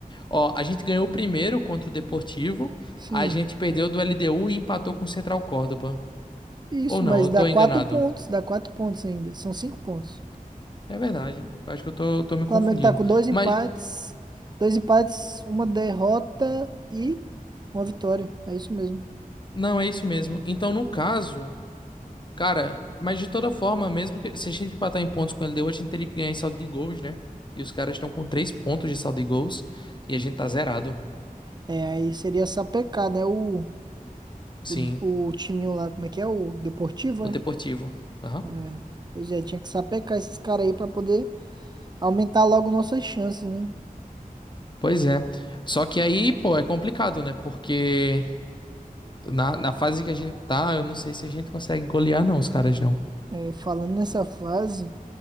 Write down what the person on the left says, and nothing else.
Ó, a gente ganhou o primeiro contra o Deportivo.
A gente perdeu do LDU e empatou com o Central Córdoba.
Ou não,
eu
tô
enganado.
É verdade. Acho que eu tô, tô me
confundindo.
Mas,
não, é isso mesmo. Então, no caso, cara, mas de toda forma, mesmo que se a gente empatar em pontos com o LDU, a gente teria que ganhar em saldo de gols, né? E os caras estão com três pontos de saldo de gols. E a gente tá zerado.
Sim,
o
Deportivo. Aham.
Pois é. Só que aí, pô, é complicado, né? Porque na, na fase que a gente tá, eu não sei se a gente consegue golear, não, os caras não.